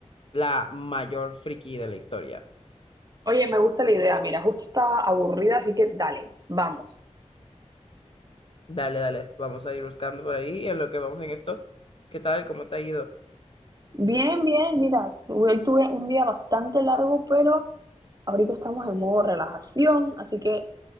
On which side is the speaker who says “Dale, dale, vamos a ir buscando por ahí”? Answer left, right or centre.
Left